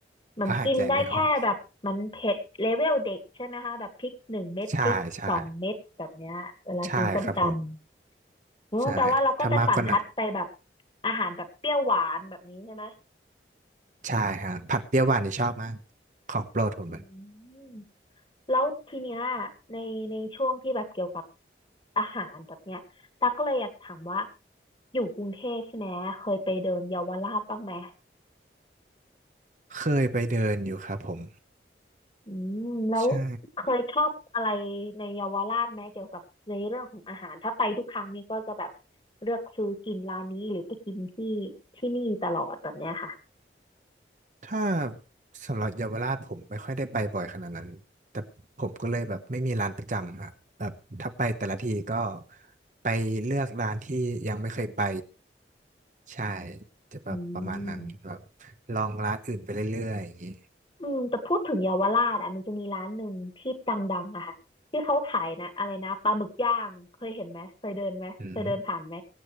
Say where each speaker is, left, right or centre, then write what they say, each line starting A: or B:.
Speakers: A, on the left; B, on the right.
A: เหมือนกินได้แค่แบบมันเผ็ดเลเวลเด็กใช่ไหมคะแบบพริกหนึ่งเม็ดพริกสองเม็ดแบบเนี้ยเวลากินส้มตำ
B: แล้วหายใจไม่ออก ใช่ใช่ใช่ครับผม
A: อืมแปลว่าเราก็จะสันทัดไปแบบ
B: ใช่ถ้ามากกว่านั้น
A: อาหารแบบเปรี้ยวหวานแบบนี้ใช่ไหม
B: ใช่ฮะผัดเปรี้ยวหวานนี่ชอบมาก ของโปรดผมเลย
A: อืมแล้วทีเนี้ยในในช่วงที่แบบเกี่ยวกับอาหารแบบเนี้ยตาก็เลยอยากถามว่าอยู่กรุงเทพใช่ไหมเคยไปเดินเยาวราชบ้างไหม
B: เคยไปเดินอยู่ครับผม
A: อืมแล้วเคยชอบอะไร
B: ใช่
A: ในเยาวราชไหมเกี่ยวกับในเรื่องของอาหารถ้าไปทุกครั้งนี่ก็จะแบบเลือกซื้อกินร้านนี้หรือไปกินที่ที่นี่ตลอดแบบเนี้ยค่ะ
B: ถ้าสำหรับเยาวราชผมไม่ค่อยได้ไปบ่อยขนาดนั้นแต่ผมก็เลยแบบไม่มีร้านประจำฮะแบบถ้าไปแต่ละทีก็ไปเลือกร้านที่ยังไม่เคยไปใช่จะแบบประมาณนั้นแบบ
A: อืม
B: ลองร้านอื่นไปเรื่อยๆอย่างนี้
A: อืมแต่พูดถึงเยาวราชอ่ะมันจะมีร้านหนึ่งที่ดังๆอะค่ะที่เขาขายนะอะไรนะปลาหมึกย่างเคยเห็นไหมเคยเดินไหมเคยเดินผ่านไหม
B: อืม